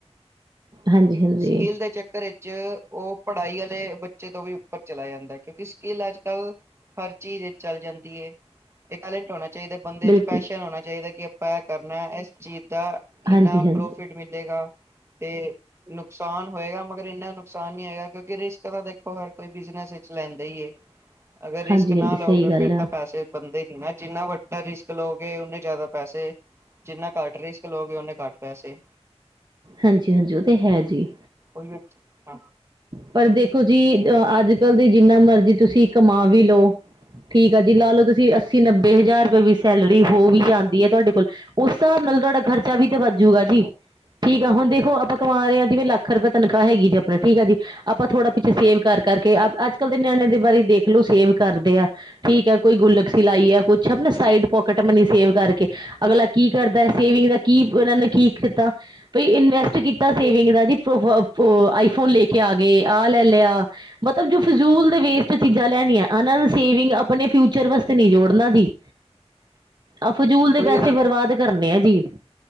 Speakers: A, on the right; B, on the right.
A: ਹਾਂਜੀ ਹਾਂਜੀ
B: ਸਕੀਲ ਚੱਕਰ ਏ ਚ ਉਹ ਪੜ੍ਹਾਈ ਵਾਲੇ ਬੱਚੇ ਤੋਂ ਵੀ ਉੱਪਰ ਚਲਾ ਜਾਂਦਾ ਹੈ ਕਿਉਂਕਿ ਸਕਿੱਲ ਅੱਜ ਕੱਲ ਹਰ ਚੀਜ਼ ਚੱਲ ਜਾਂਦੀ ਏ ਇਹ ਟੈਲੈਂਟ ਹੋਣਾ ਚਾਹੀਦਾ ਬੰਦੇ
A: ਬਿਲਕੁਲ
B: ਚ ਪੈਸ਼ਨ
A: ਜੀ
B: ਹੋਣਾ ਚਾਹੀਦਾ ਕਿ ਆਪਾਂ ਇਹ ਕਰਨਾ ਇਸ ਚੀਜ਼ ਦਾ
A: ਹਾਂਜੀ
B: ਇੰਨਾ
A: ਹਾਂਜੀ
B: ਪ੍ਰੋਫਿਟ ਮਿਲੇਗਾ ਤੇ ਨੁਕਸਾਨ ਹੋਏਗਾ ਮਗਰ ਇੰਨਾ ਨੁਕਸਾਨ ਨੀ ਹੈਗਾ ਕਿਉਂਕਿ ਰਿਸਕ ਤਾਂ ਦੇਖੋ ਹਰ ਕੋਈ ਬਿਜਨਸ ਵਿੱਚ ਲੈਂਦਾ ਏ ਅਗਰ ਰਿਸਕ
A: ਹਾਂਜੀ
B: ਨਾ
A: ਹਾਂਜੀ
B: ਲਓਗੇ
A: ਸਹੀ ਗੱਲ
B: ਫਿਰ
A: ਆ
B: ਤਾਂ ਪੈਸੇ ਬੰਨ ਦੇ ਨੀ ਨਾ ਜਿੰਨਾ ਵੱਡਾ ਰਿਸਕ ਲਓਗੇ ਉਨੇ ਜ਼ਿਆਦਾ ਪੈਸੇ ਜਿੰਨਾ ਘੱਟ ਰਿਸਕ ਲੳਗੇ ਉਹਨੇ ਘੱਟ ਪੈਸੇ
A: ਹਾਂਜੀ ਹਾਂਜੀ ਉਹ ਤੇ ਹੈ ਜੀ।
B: ਉਹ ਹੀ ਹ
A: ਪਰ ਦੇਖੋ ਜੀ ਅ ਅੱਜ-ਕੱਲ੍ਹ ਦੀ ਜਿੰਨਾ ਮਰਜ਼ੀ ਤੁਸੀਂ ਕਮਾ ਵੀ ਲਓ ਠੀਕ ਆ ਜੀ ਲਾ ਲਓ ਤੁਸੀਂ ਅੱਸੀ-ਨੱਬੇ ਹਜ਼ਾਰ ਰੁਪਏ ਵੀ ਸੈਲਰੀ ਹੋ ਵੀ ਜਾਂਦੀ ਐ, ਤੁਆਡੇ ਕੋਲ ਉਸ ਹਿਸਾਬ ਨਾਲ ਤੁਹਾਡਾ ਖਰਚਾ ਵੀ ਤਾਂ ਵੱਧਜੂਗਾ ਜੀ ਠੀਕ ਆ ਹੁਣ ਦੇਖੋ ਆਪਾਂ ਕਮਾ ਲਿਆ ਜਿਵੇਂ ਲੱਖ ਰੁਪਏ ਤਨਖਾਹ ਹੈਗੀ ਜੀ ਆਪਣਾ ਠੀਕ ਹੈ ਜੀ ਆਪਾਂ ਥੋੜਾ ਪਿੱਛੇ ਸੇਵ ਕਰ ਕਰਕੇ, ਅੱਜ-ਕੱਲ੍ਹ ਦੇ ਨਿਆਣੇ ਦੇ ਬਾਰੇ ਦੇਖਲੋ ਸੇਵ ਕਰਦੇ ਆ ਠੀਕ ਹੈ ਕੋਈ ਗੁਲਕ ਸੀ ਲਾਈ ਐ। ਕੁਛ ਨਾ ਸਾਈਡ ਪੋਕਟ ਮਨੀ ਸੇਵ ਕਰਕੇ ਅਗਲਾ ਕੀ ਕਰਦਾ ਐ। ਸੇਵਿੰਗ ਦਾ ਕੀ ਉਹਨਾਂ ਨੇ ਕੀ ਕੀਤਾ? ਬਾਈ ਇਨਵੈਸਟ ਕੀਤਾ ਸੇਵਿੰਗ ਦਾ ਜੀ ਪ ਫ ਫੋ ਆਈਫੋਨ ਲੈ ਕੇ ਆ ਗਏ ਆ ਲੈ ਲਿਆ ਮਤਲਬ ਜੋ ਫਜ਼ੂਲ ਦੇ ਵੇਸਟ ਚੀਜ਼ਾਂ ਲੈਣੀਆਂ ਇਹਨਾਂ ਸੇਵਿੰਗ ਆਪਣੇ ਫਿਊਚਰ ਵਾਸਤੇ ਨਈ ਜੋੜਨਾ ਜੀ।
B: <inaudible>
A: ਆਹ ਫਜ਼ੂਲ ਦੇ
B: ਉਹੀਓ
A: ਪੈਸੇ
B: ਤਾਂ
A: ਬਰਬਾਦ ਕਰਨੇ ਆ ਜੀ।